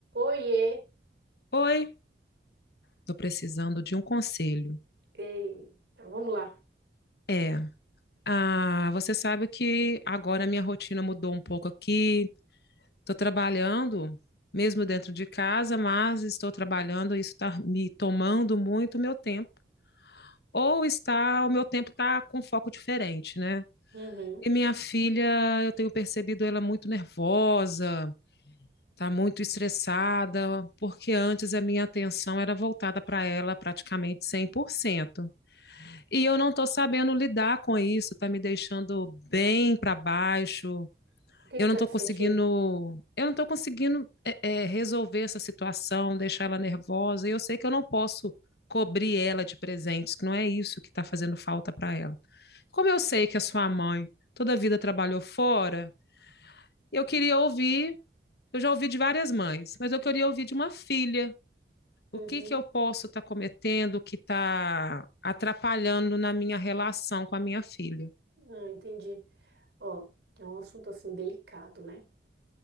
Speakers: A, on the right (about 70°); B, on the left (about 65°).
A: Oiê!
B: Oi, tô precisando de um conselho.
A: Eita, vamos lá.
B: É, ah, você sabe que agora a minha rotina mudou um pouco aqui. Tô trabalhando mesmo dentro de casa, mas estou trabalhando e isso está me tomando muito meu tempo. Ou está, o meu tempo está com foco diferente, né?
A: Uhum.
B: E minha filha, eu tenho percebido ela muito nervosa, tá muito estressada, porque antes a minha atenção era voltada para ela praticamente 100%. E eu não estou sabendo lidar com isso, está me deixando bem para baixo.
A: O que
B: Eu
A: que
B: não
A: tá
B: estou
A: te
B: conseguindo,
A: sentindo?
B: eu não estou conseguindo é, é, resolver essa situação, deixar ela nervosa. E eu sei que eu não posso cobrir ela de presentes, que não é isso que está fazendo falta para ela. Como eu sei que a sua mãe toda a vida trabalhou fora, eu queria ouvir, eu já ouvi de várias mães, mas eu queria ouvir de uma filha
A: Uhum.
B: o que que eu posso estar cometendo que está atrapalhando na minha relação com a minha filha?
A: Ah, entendi. Ó, é um assunto assim delicado, né?